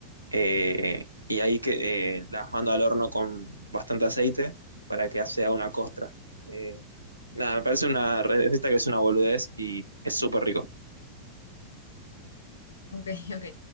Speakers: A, on the right; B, on the left.
A: eh, y ahí que, eh, las mando al horno con bastante aceite para que sea una costra. Eh, nada, me parece una receta que es una boludez y es súper rico.
B: Ok, <laughs> ok.